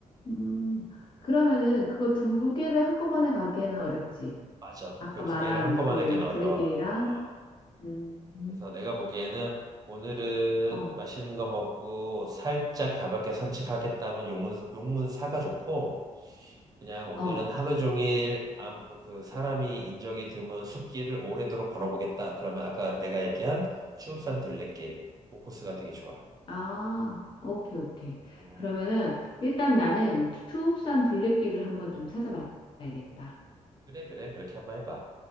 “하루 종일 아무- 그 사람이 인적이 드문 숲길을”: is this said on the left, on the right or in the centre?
Right